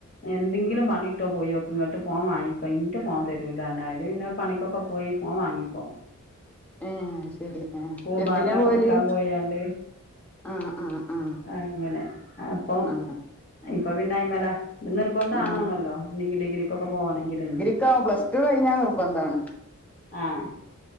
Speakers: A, on the left (about 30°); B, in the centre.
A: എന്തെങ്കിലും പണി കിട്ടോ പോയോക്ക് ഇങ്ങട്ട് ഫോൺ വാങ്ങിക്കോ ഇന്റെ ഫോൺ തരൂലാർഞ്ഞു അയല് പിന്നെ പണിക്കൊക്കെ പോയി ഓൻ വാങ്ങി ഫോ
B: ഏഹ് അത് ശെരി
A: കൂൾബാറിലൊക്കെ
B: ഏഹ് എന്തിനാ പോവല്
A: നിക്കാം പോയാണ്ട്
B: ആഹ് ആഹ് ആഹ്
A: അങ്ങെനെ അപ്പം
B: ആഹ്
A: ഇപ്പൊ പിന്നെ അയ്മ്മലാ നിർബന്ധാണു
B: ഉം
A: ആണല്ലോ <unintelligible> ഡിഗ്രിക്കൊക്കെ പോണെങ്കില്
B: ക്ക പ്ലസ്റ്റു കയ്ഞ്ഞാ നിർബന്ധാണ്
A: ആഹ്